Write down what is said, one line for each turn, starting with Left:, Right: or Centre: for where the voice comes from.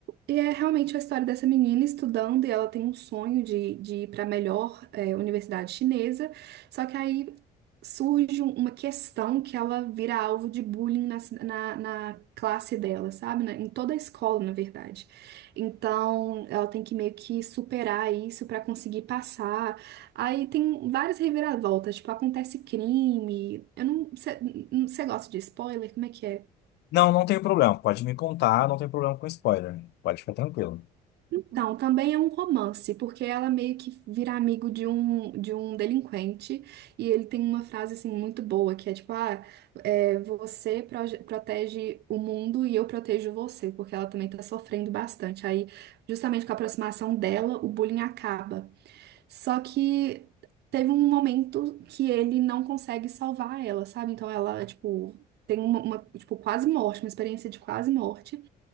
Right: e é realmente a história dessa menina estudando, e ela tem um sonho de, de ir para a melhor, é, universidade chinesa, só que aí surge um- uma questão que ela vira alvo de bullying na, ci- na, na classe dela, sabe? Na- em toda a escola, na verdade. Então, ela tem que meio que superar isso pra conseguir passar. Aí tem várias reviravoltas, tipo, acontece crime. Eu não, você gosta de spoiler? Como é que é?
Left: Não, não tem problema. Pode me contar, não tem problema com spoiler. Pode ficar tranquilo.
Right: Não, também é um romance, porque ela meio que vira amigo de um, de um delinquente, e ele tem uma frase assim muito boa, que é tipo, ah, é, você proje- protege o mundo e eu protejo você, porque ela também tá sofrendo bastante. Aí, justamente com a aproximação dela, o bullying acaba. Só que teve um momento que ele não consegue salvar ela, sabe? Então ela, tipo, tem uma, uma, tipo, quase morte, uma experiência de quase morte.